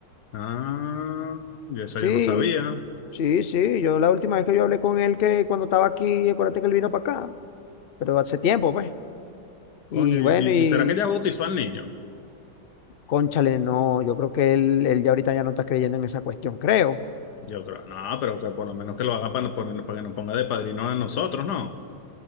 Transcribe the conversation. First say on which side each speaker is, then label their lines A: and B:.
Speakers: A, on the left; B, on the left.
A: Ah, y eso
B: Sí,
A: yo no sabía.
B: sí, sí. Yo la última vez que yo hablé con él, que cuando estaba aquí, acuérdate que él vino para acá, pero hace tiempo, pues.
A: Coño,
B: Y
A: ¿y,
B: bueno, y
A: y- y será que ya bautizó al niño?
B: cónchale, no, yo creo que él, él ya ahorita ya no está creyendo en esa cuestión, creo.
A: Yo creo, no, pero que por lo menos que lo haga para, no poner- para que nos ponga de padrino a nosotros, no.